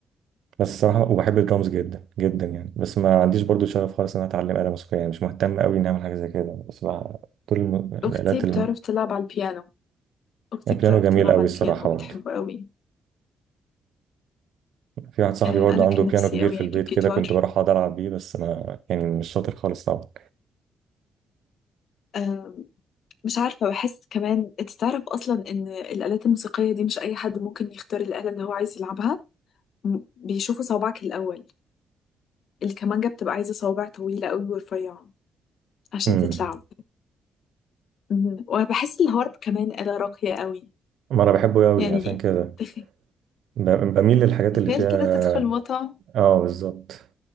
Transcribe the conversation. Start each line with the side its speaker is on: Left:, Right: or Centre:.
Right: بس الصراحة وبحب الدرامز جدا جدا يعني بس ما عنديش برضو شغف خالص إن أنا أتعلم آلة موسيقية يعني مش مهتم أوي إني أعمل حاجة زي كده بس بقى كل الم- الآلات
Left: اختي بتعرف
Right: ال-
Left: تلعب على البيانو اختي
Right: البيانو
Left: بتعرف
Right: جميل
Left: تلعب
Right: أوي
Left: على
Right: الصراحة
Left: البيانو وبتحبه
Right: برضو
Left: قوي
Right: في واحد صاحبي
Left: آه،
Right: برضو
Left: انا
Right: عنده
Left: كان
Right: بيانو
Left: نفسي
Right: كبير
Left: قوي
Right: في البيت
Left: اجيب جيتار
Right: كده كنت بروح أقعد ألعب بيه بس ما يعني مش شاطر خالص طبعا
Left: آم، مش عارفة بحس كمان انت تعرف اصلا ان الآلات الموسيقية دي مش اي حد ممكن يختار الآلة اللي هو عايز يلعبها م- بيشوفوا صوابعك الاول الكمانجة بتبقى عايزة صوابع طويلة قوي ورفيعة عشان
Right: أمم.
Left: تتلعب مهم. وبحس الهارب كمان آلة راقية قوي
Right: ما أنا بحبه أوي
Left: يعني
Right: عشان كده
Left: تخ-
Right: ب- بميل للحاجات اللي
Left: تخيل
Right: فيها
Left: كده تدخل مطعم
Right: اه بالظبط